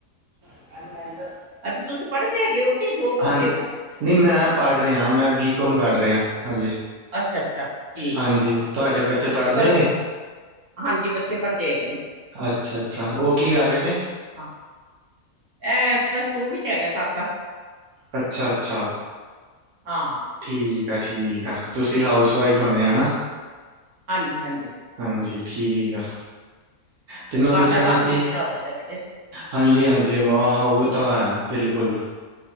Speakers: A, on the right (about 85°); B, on the right (about 70°).
A: ਨੈਂ <unintelligible>
B: ਅੱਛੇ ਤੁਸੀਂ ਪੜ੍ਹਦੇ ਹੈਗੇ ਹੋ? ਕਿ ਜੋਬ ਕਰਦੇ
A: ਹਾਂ ਨਹੀਂ
B: ਹੋ
A: ਮੈਂ ਪੜ੍ਹ ਰਿਹਾ ਮੈਂ ਬੀਕੋਮ ਕਰ ਰਿਹਾ ਹਜੇ
B: ਅੱਛਾ ਅੱਛਾ ਠੀਕ
A: ਹਾਂਜੀ
B: ਹੈ
A: ਤੁਹਾਡੇ ਬੱਚੇ ਪੜ੍ਹਦੇ
B: ਕਰੋ
A: ਨੇ?
B: ਹਾਂਜੀ ਬੱਚੇ ਪੜ੍ਹਦੇ ਹੈਗੇ ਨੇ
A: ਅੱਛਾ ਅੱਛਾ ਉਹ ਕੀ ਕਰ ਰਹੇ ਨੇ?
B: ਇਹ ਪਲੱਸ ਟੂ ਵਿੱਚ ਹੈਗਾ ਕਾਕਾ
A: ਅੱਛਾ ਅੱਛਾ
B: ਹਾਂ
A: ਠੀਕ ਆ ਠੀਕ ਆ ਤੁਸੀਂ ਹਾਊਸਵਾਈਫ ਹੋਣੇ ਹੈ ਨਾ
B: ਹਾਂਜੀ ਹਾਂਜੀ
A: ਹਾਂਜੀ ਠੀਕ ਆ ਤੇ ਮੈਂ
B: ਘਰ
A: ਪੁੱਛਣਾ
B: ਦਾ ਕੰਮ ਹੀ
A: ਸੀ
B: ਬਥੇਰਾ ਹੋ ਜਾਂਦਾ ਬੇਟੇ
A: ਹਾਂਜੀ ਹਾਂਜੀ ਵਾਹ ਉਹ ਤਾਂ ਹੈ ਬਿਲਕੁਲ